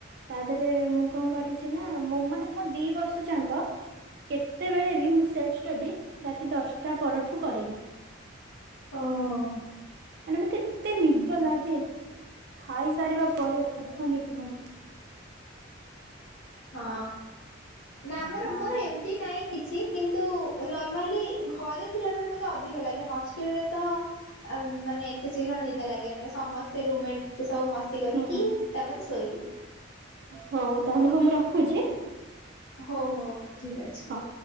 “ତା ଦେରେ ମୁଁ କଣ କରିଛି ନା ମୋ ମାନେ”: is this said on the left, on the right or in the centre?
Right